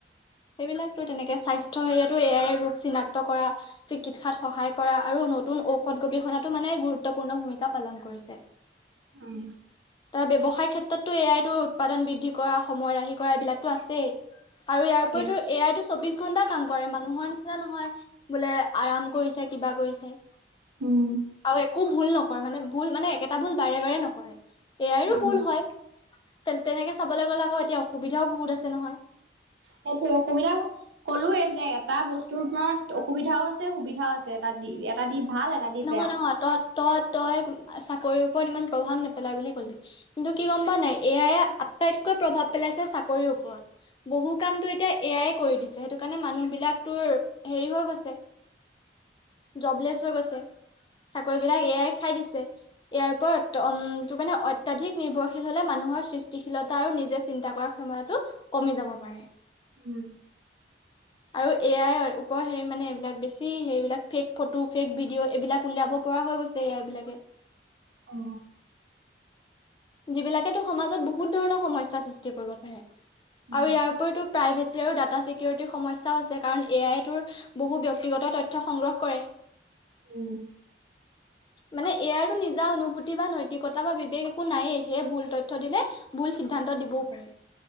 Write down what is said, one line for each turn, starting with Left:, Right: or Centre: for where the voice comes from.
Left: সেইবিলাক তোৰ তেনেকে স্বাস্থ্য সেৱাতো এ এয়াৰ ৰোগ চিনাক্ত কৰা, চিকিৎসাত সহায় কৰা আৰু নতুন ঔষধ গৱেষণাতো মানে গুৰুত্বপূৰ্ণ ভূমিকা পালন কৰিছে।
Right: উম।
Left: ত' ব্যৱসায় ক্ষেত্ৰততো এ আইতো উৎপাদন বৃদ্ধি কৰা, সময় ৰাহি কৰা এইবিলাকতো আছেই। আৰু ইয়াৰ উপৰিতো
Right: ঠিক
Left: এ আইতো চৌবিশ ঘণ্টা কাম কৰে, মানুহৰ না নহয়, বোলে আৰাম কৰিছে, কিবা কৰিছে।
Right: উম।
Left: আৰু একো ভুল নকৰে মানে ভুল মানে একেটা ভুল বাৰে বাৰে নকৰে। এ আইৰো
Right: উম,
Left: ভুল হয়, তে-তেনেকে চাবলৈ গলে আকৌ এতিয়া অসুবিধাও বহুত আছে নহয়।
Right: সেইটো অসুবিধা ক'লোৱে যে এটা বস্তুৰ ওপৰত অসুবিধাও আছে সুবিধাও আছে <unintelligible>
Left: উ,
Right: এটা দি
Left: নহয়
Right: বেয়া
Left: নহয় ত তই তই চাকৰিৰ ওপৰত ইমান প্ৰভাৱ নেপেলাই বুলি ক'লি। কিন্তু কি গম পোৱা নাই এ আইয়ে আটাইতকৈ প্ৰভাৱ পেলাইছে চাকৰিৰ ওপৰত। বহু কামতো এতিয়া এয়াই কৰি দিছে, সেইটো কাৰণে মানুহবিলাক তোৰ হেৰি হৈ গৈছে। জবলেছ হৈ গৈছে, চাকৰিবিলাক এ আই খাই দিছে। ইয়াৰ ওপৰত ত ওম মানে অত্যাধিক নিৰ্ভৰশীল হলে মানুহৰ সৃষ্টিশীলতা আৰু নিজে চিন্তা কৰা - ক্ষমতাটো কমি যাব পাৰে।
Right: উম।
Left: আৰু এ আইৰ ওপৰ হেৰি মানে এইবিলাক বেছি হেৰিবিলাক - ফেক ফটো ফেক ভিডিঅ' এইবিলাক উলিয়াব পৰা হৈ গৈছে এ আই এইবিলাকে।
Right: অ।
Left: যিবিলাকেতো সমাজত বহুত ধৰণৰ সমস্যা সৃষ্টি কৰিব পাৰে। আৰু
Right: উম
Left: ইয়াৰ উপৰিতো- প্ৰাইভেচি আৰু ডাটা চিকিউৰিটিৰ সমস্যাও আছে কাৰণ এ আই তোৰ - বহু ব্যক্তিগত তথ্য সংগ্ৰহ কৰে।
Right: উম।
Left: মানে এ আইৰো নিজা অনুভূতি বা নৈতিকতা বা বিবেক - একো নায়েই সেয়ে ভুল তথ্য দিলে ভুল সিদ্ধান্ত দিবও পাৰে।